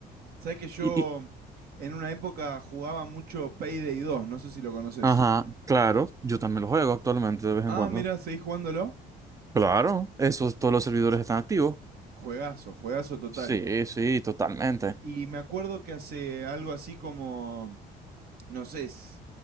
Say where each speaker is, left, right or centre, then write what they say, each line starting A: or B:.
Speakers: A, on the right; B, on the right.
A: Sabes que yo
B: Y, y-
A: en una época jugaba mucho Payday dos, no sé si lo conoces.
B: ajá, claro, yo también lo juego actualmente de vez en
A: Ah,
B: cuando.
A: mira, ¿seguís jugándolo?
B: Claro, esos todos los servidores están activos.
A: Juegazo, juegazo total.
B: Sí, sí, totalmente.
A: Y me acuerdo que hace algo así como, no sé, s-